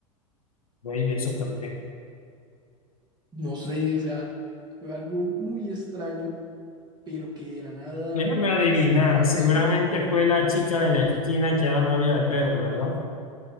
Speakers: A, on the left; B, on the right.
A: voy, ¿y eso por qué?
B: No sé, o sea, fue algo muy extraño, pero que de la nada
A: Déjame adivinar,
B: pase todo
A: seguramente
B: eso.
A: fue la chica de la esquina que era novia de Pedro, ¿verdad?